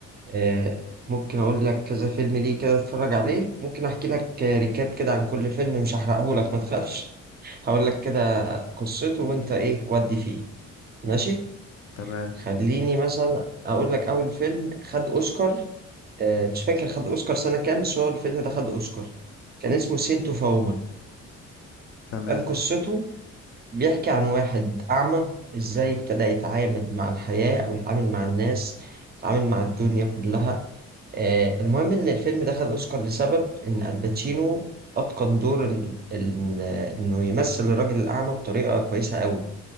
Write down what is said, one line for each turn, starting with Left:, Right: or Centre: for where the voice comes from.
Right: آه، ممكن اقول لك كذا فيلم ليه كده اتفرج عليه ممكن احكي لك آه، ريكاب كده عن كل فيلم مش هحرقه لك ما تخافش هقول لك كده قصته
Left: مم.
Right: وانت ايه ودي فيه ماشي
Left: تمام
Right: خليني مثلا اقول لك اول فيلم خد اوسكار آه، مش فاكر خد اوسكار سنة كام بس هو الفيلم ده خد اوسكار كان اسمه سينتو فومن
Left: تمام
Right: كان قصته بيحكي عن واحد اعمى ازاي ابتدى يتعامل مع الحياة او يتعامل مع الناس يتعامل مع الدنيا كلها آه، المهم إن الفيلم دخل أوسكار لسبب إن الباتشينو أتقن دور ال- ال- إنه يمثل الراجل الأعمى بطريقة كويسة قوي